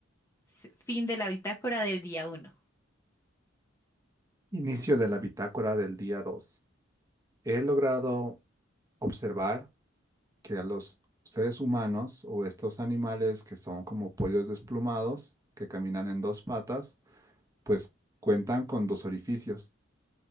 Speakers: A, on the left; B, on the right.
A: S- Fin de la bitácora del día uno.
B: Inicio de la bitácora del día 2. He logrado observar que a los seres humanos o estos animales que son como pollos desplumados, que caminan en dos patas, pues cuentan con dos orificios.